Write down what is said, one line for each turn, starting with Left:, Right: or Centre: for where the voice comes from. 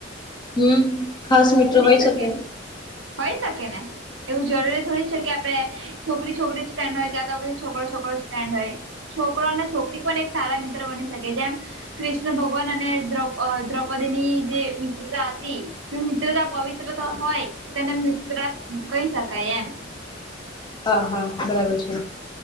Left: હમ ખાસ મિત્ર
Right: બની
Left: હોય
Right: શકેને
Left: શકે
Right: હોય શકે ને એવું જરૂરી થોડી
Left: હા
Right: છે કે આપડે છોકરી છોકરી ફેન્ડ હોય કે તો પછી છોકરો છોકરો ફેન્ડ હોય. છોકરો અને છોકરી પણ એક સારા મિત્ર બની શકે જેમ‌. કૃષ્ણ ભગવાન અને દ્રૌપદીની જે મિત્રતા હતી. જો મિત્રતા પવિત્રતા
Left: હા
Right: હોય તો તેને મિત્ર કહી શકાય એમ.
Left: હા હા બરાબર છે.